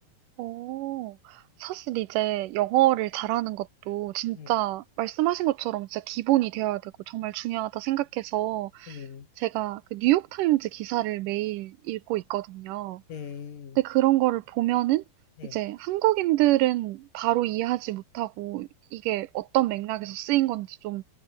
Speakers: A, on the right (about 75°); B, on the left (about 60°).
A: 어, 사실 이제 영어를 잘하는 것도 진짜
B: 네,
A: 말씀하신 것처럼 진짜 기본이 되어야 되고 정말 중요하다 생각해서
B: 네,
A: 제가 그 뉴욕타임즈 기사를 매일 읽고 있거든요.
B: 네,
A: 근데 그런 거를 보면은
B: 네,
A: 이제 한국인들은 바로 이해하지 못하고 이게 어떤 맥락에서 쓰인 건지 좀